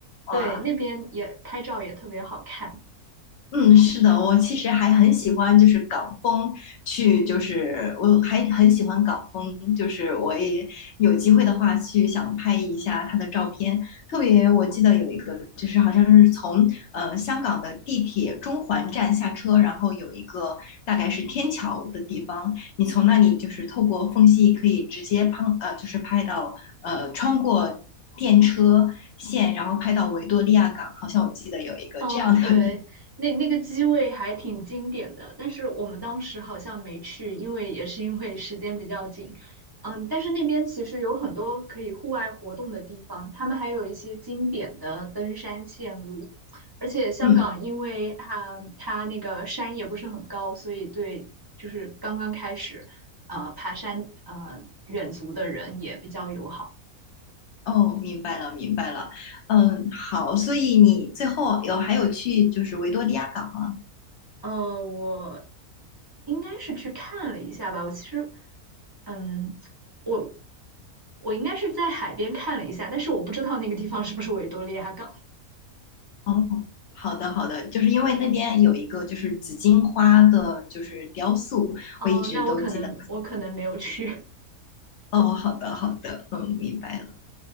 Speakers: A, on the left; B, on the right.
A: 哇，
B: 对那边也拍照也特别好看。
A: 嗯，是的，我其实还很喜欢，就是港风去，就是我还很喜欢港风，就是我也有机会的话去想拍一下他的照片。特别我记得有一个，就是好像是从呃香港的地铁中环站下车，然后有一个大概是天桥的地方，你从那里就是透过缝隙可以直接拍，呃，就是拍到呃穿过电车线，然后拍到维多利亚港，好像我记得有一个这样的地。
B: 嗯，对，那那个机位还挺经典的，但是我们当时好像没去，因为也是因为时间比较紧。嗯，但是那边其实有很多可以户外活动的地方，他们还有一些经典的登山线路，而且香港因为啊、
A: 嗯，
B: 它那个山也不是很高，所以对就是刚刚开始呃爬山呃远足的人也比较友好。
A: 哦，明白了，明白了。嗯，好，所以你最后有还有去就是维多利亚港吗？
B: 呃，我应该是去看了一下吧。我其实，嗯，我我应该是在海边看了一下，但是我不知道那个地方是不是维多利亚港。
A: 哦，好的，好的，就是因为那边有一个就是紫荆花的，就是雕塑，
B: <laughs> 哦，
A: 我一直都记得。
B: 那我可能我可能没有去。
A: 哦，好的，好的，嗯，明白了。